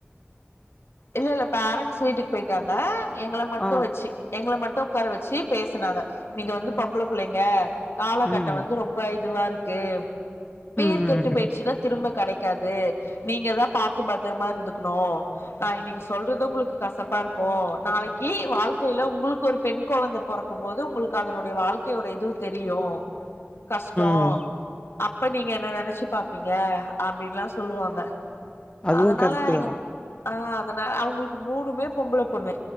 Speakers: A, on the left (about 70°); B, on the left (about 25°).
A: இல்ல இல்ல பேரண்ட்ஸ் வீட்டுக்கு போயிட்டாங்க எங்கள மட்டும்
B: ஆ
A: வச்சு எங்கள மட்டும் உக்கார வச்சு பேசுனாங்க நீங்க வந்து பொம்பள புள்ளைங்க காலகட்டம்
B: ம்
A: வந்து ரொம்ப இதுவா இருக்கு பேர்
B: ம்
A: கெட்டு போயிடுச்சுன்னா
B: ம்
A: திரும்ப கிடைக் க்காது நீங்க தா பாத்து பத்திரமா இருந்துக் கணும் நா இன்னிக்கு சொல்றது உங்களுக்கு கசப்பா இருக்கும் நாளைக்கு வாழ்க்கையில உங்களுக்கு ஒரு பெண் கொழந்த பொறக்கும் போது உங்களுக்கு அதனுடைய வாழ்க்கையோட இது தெரியும் கஷ்டம்
B: ம்
A: அப்ப நீங்க என்ன நினைச்சு பாப்பீங்க அப்படின்ல்லா சொல்லுவாங்க
B: அதுவு
A: அதனால
B: கரெக்ட்டு
A: எங்க
B: தா
A: ஆ அதனால அவுங்களுக்கு மூணுமே பொம்பள பொண்ணு